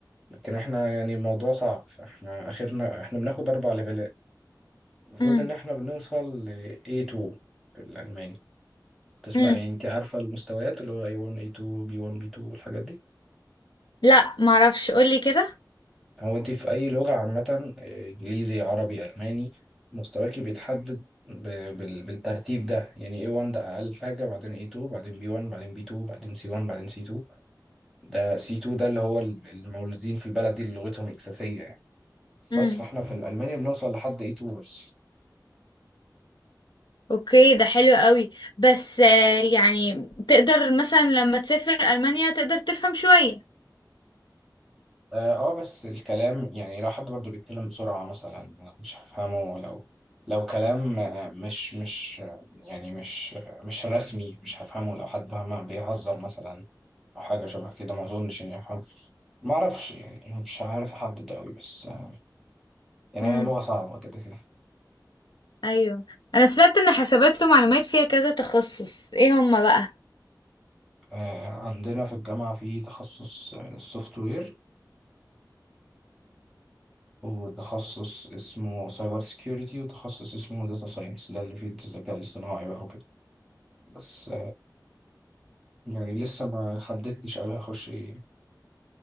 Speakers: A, in the centre; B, on the left.
A: لكن احنا يعني الموضوع صعب فاحنا آخرنا احنا بناخد أربع ليفلات المفروض
B: امم
A: ان احنا بنوصل ل A2 في الالماني تسمع
B: امم
A: يعني انت عارفه المستويات اللي هو A1 A2 B1 B2 والحاجات دي
B: لا معرفش قولي كده
A: هو انت في اي لغه عامه آه، انجليزي عربي الماني مستواكي بيتحدد ب- بال- بالترتيب ده يعني A1 ده اقل حاجه بعدين A2 بعدين B1 بعدين B2 بعدين C1 بعدين C2 ده C2 ده اللي هو ال- المولودين في البلد دي اللي لغتهم الاساسيه يعني
B: امم
A: بس فاحنا في الالماني بنوصل لحد A2 بس
B: اوكي ده حلو قوي بس آه، يعني تقدر مثلا لما تسافر ألمانيا تقدر تفهم شوية
A: اه آه، بس الكلام يعني لو حد برضه بيتكلم بسرعة مثلا مش هفهمه لو لو كلام آه، مش مش آه، يعني مش آه، مش رسمي مش هفهمه لو حد فاهمه بيهزر مثلا او حاجة شبه كده ما اظنش اني افهم ما اعرفش يعني مش عارف احدد قوي بس آه، يعني
B: امم
A: هي لغة صعبة كده كده
B: ايوه انا سمعت ان حسابات ومعلومات فيها كذا تخصص ايه هما بقى
A: آه، عندنا في الجامعة في تخصص سوفت وير وتخصص اسمه سايبر سيكيورتي وتخصص اسمه داتا ساينس ده اللي فيه الذكاء الاصطناعي بقى وكده بس يعني لسه ما حددتش أوي هخش إيه